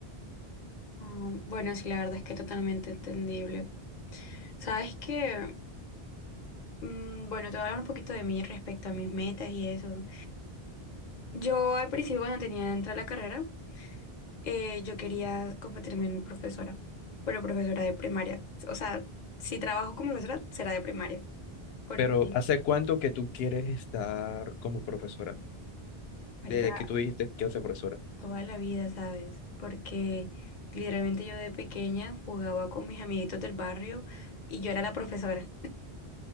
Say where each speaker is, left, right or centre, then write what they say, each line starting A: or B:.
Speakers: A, on the left; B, on the left.
A: Ah, bueno, sí, la verdad es que totalmente entendible. Sabes que, mm, bueno, te voy a hablar un poquito de mí respecto a mis metas y eso. Yo al principio cuando tenía entrar a la carrera, eh, yo quería convertirme en profesora, pero profesora de primaria. O sea, si trabajo como profesora, será de primaria, porque,
B: Pero ¿hace cuánto que tú quieres estar como profesora?
A: marica,
B: Desde que tú dijiste que quiero ser profesora.
A: toda la vida, ¿sabes? Porque literalmente yo de pequeña jugaba con mis amiguitos del barrio y yo era la profesora.